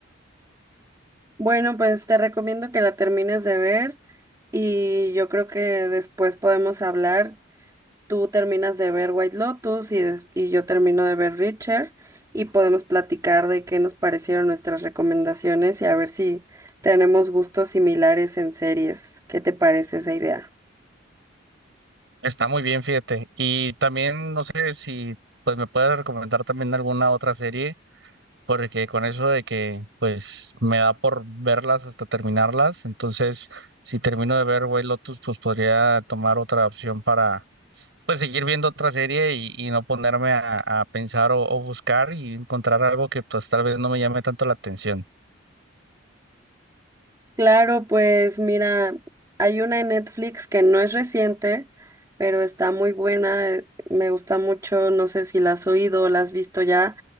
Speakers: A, on the right (about 15°); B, on the right (about 65°).
A: Bueno, pues te recomiendo que la termines de ver y yo creo que después podemos hablar. Tú terminas de ver White Lotus y, des- y yo termino de ver Richard y podemos platicar de qué nos parecieron nuestras recomendaciones y a ver si tenemos gustos similares en series. ¿Qué te parece esa idea?
B: Está muy bien, fíjate. Y también no sé si pues me puedes recomendar también alguna otra serie, porque con eso de que pues me da por verlas hasta terminarlas, entonces si termino de ver White Lotus, pues podría tomar otra opción pues seguir viendo otra serie y, y no ponerme a, a pensar o, o buscar y encontrar algo que pues tal vez no me llame tanto la atención.
A: Claro, pues mira, hay una en Netflix que no es reciente, pero está muy buena, eh, me gusta mucho, no sé si la has oído o la has visto ya,